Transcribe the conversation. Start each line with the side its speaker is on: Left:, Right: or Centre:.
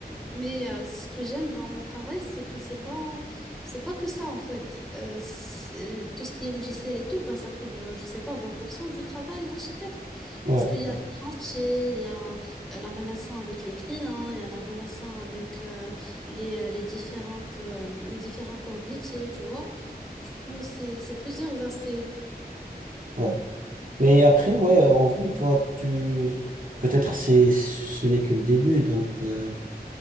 Centre: mais euh, ce que j'aime dans mon travail, c'est que c'est pas, c'est pas que ça en fait. Euh, c'est- euh, tout ce qui est logiciel et tout, ben, ça couvre, euh, je sais pas, 20% du travail d'architecte.
Right: Ouais,
Centre: Parce qu'il y
Right: ouais,
Centre: a les chantiers, il y a euh, la relation avec les clients, il y a la relation avec euh, les, euh, les différentes, euh, les différents corps de métier, tu vois. Du coup, c'est, c'est plusieurs aspects.
Right: ouais. Mais après, ouais, euh, en vrai, toi, tu, peut-être c'est, ce n'est que le début, donc, euh,